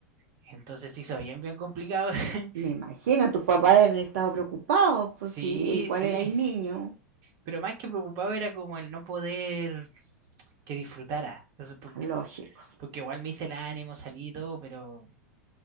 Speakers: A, on the right (about 45°); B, on the right (about 65°).
A: Entonces se hizo bien, bien complicado. <laughs>
B: me imagino, tus papás han estado preocupados, pues
A: Sí,
B: sí, igual
A: sí.
B: erais niño.
A: Pero más que preocupado era como el no poder que disfrutara. Entonces, porque,
B: Lógico.
A: porque igual me hice el ánimo, salí y todo, pero